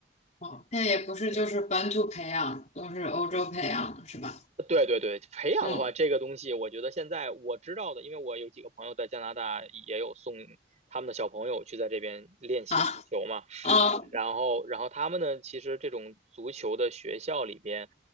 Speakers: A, on the left (about 40°); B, on the right (about 40°).
A: 哦，那也不是，
B: 嗯。
A: 就是本土培养，都是欧洲培养的，是吧？
B: 对对对，培养的话，
A: 嗯，
B: 这个东西我觉得现在我知道的，因为我有几个朋友在加拿大也有送他们的小朋友去在这边练习足球嘛，
A: 啊，啊，
B: 然后然后他们呢，其实这种足球的学校里边，